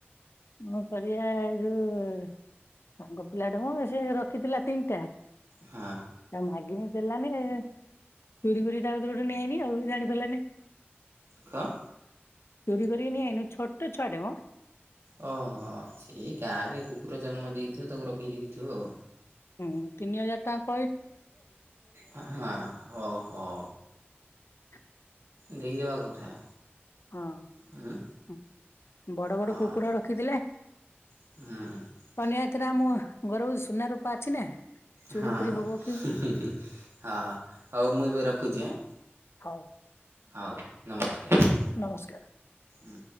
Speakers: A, on the left (about 75°); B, on the right (about 85°).
A: ମ କରିବା ହେ ଯୋଉ ସାଙ୍ଗ ପିଲାଟା ମ ସେ ରଖିଥିଲା ତିନିଟା।
B: ହଁ।
A: ଆ ମଗିନି ଦେଲାନି ଏ। ଚୋରି କରି ତାଙ୍କ ଦୁରୁ ଗୋଟେ ନେ ନି ଆଉ ଜାଣି ପାରିଲାନି।
B: କ
A: ଚୋରି କରିକି ନନେଇ ଆଇଲେ ଛୋଟ ଛୁଆଡେ ମ।
B: ଓହୋ ସେଇ ଗାଁରେ କୁକୁର ଜନ୍ମ ଦେଇଥିବ ତାକୁ ରଖିକି ଦେଇଥିବ ଆଉ।
A: ହୁଁ ତିନି ହଜାର ଟା
B: ହଁ ଓହୋ।
A: ହ
B: ଦେଇ ଦବା କଥା।
A: ହଁ
B: ଉଁ
A: ବଡ
B: ହଁ।
A: ବଡ କୁକୁର ରଖିଥିଲେ।
B: ହୁଁ।
A: ପନିଆ ଥିଲା ମୁଁ ଗରୁ ସୁନ ରୁ ପା ଅଛି ନା। ଚୋରି
B: ହଁ
A: ଫୋରି ହବ କି
B: ହୁଁ ହୁଁ ହଉ ମୁଁ ଏବେ ରଖୁଛି ଆଁ।
A: ହଉ।
B: ହଉ ନମସ୍କାର।
A: ନମସ୍କାର।
B: ହୁଁ।